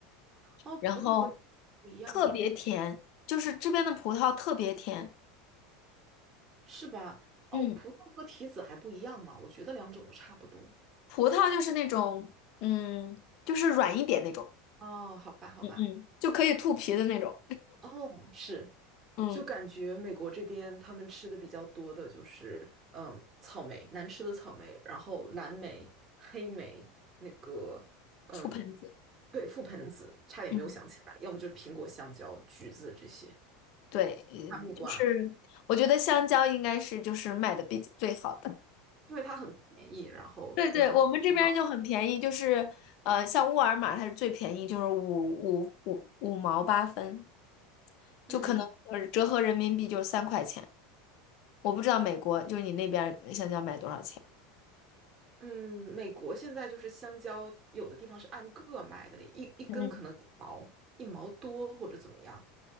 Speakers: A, on the right (about 30°); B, on the left (about 60°).
A: 哦，葡萄和提子不一样吗？
B: 然后特别甜，就是这边的葡萄特别甜，
A: 是吧？哦，
B: 嗯，
A: 葡萄和提子还不一样吗？我觉得两种都差不多。
B: 葡萄就是那种嗯，就是软一点那种，
A: 哦，好吧，好吧，
B: 嗯嗯，就可以吐皮的那种，
A: 哦，是，
B: 嗯，
A: 就感觉美国这边他们吃的比较多的就是，嗯，草莓，难吃的草莓，然后蓝莓、黑莓，那个，嗯，
B: 吐盆子。
A: 对，覆盆子，差点没有想起来，
B: 嗯。
A: 要么就是苹果、香蕉、橘子这些，
B: 对，嗯，
A: 哈密瓜，
B: 就是我觉得香蕉应该是就是卖的比最好的。
A: 因为它很便宜，然后也很环保
B: 对对，我们这边就很便宜，就是呃，像沃尔玛它是最便宜，就是五五五五毛八分，
A: 嗯
B: 就可能呃折合人民币就是三块钱。我不知道美国就是你那边香蕉卖多少钱。
A: 嗯，美国现在就是香蕉，有的地方是按个卖的，一一根可能一毛一毛多或者怎么样。
B: 嗯嗯。